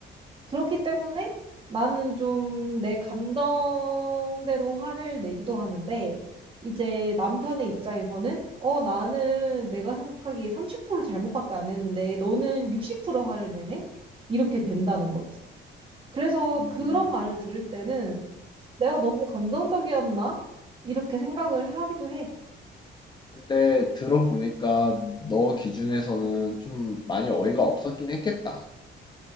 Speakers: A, on the right (about 25°); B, on the left (about 20°).
A: 그렇기 때문에 나는 좀 내 감정대로 화를 내기도 하는데, 이제 남편의 입장에서는, 어, 나는 내가 생각하기에 30% 잘못밖에 안 했는데, 너는 60% 화를 내네? 이렇게 된다는 거지. 그래서
B: 음.
A: 그런 말을 들을 때는, 내가 너무 감정적이었나? 이렇게 생각을 하기도 해.
B: 근데 들어보니까 너 기준에서는 좀 많이 어이가 없었긴 했겠다.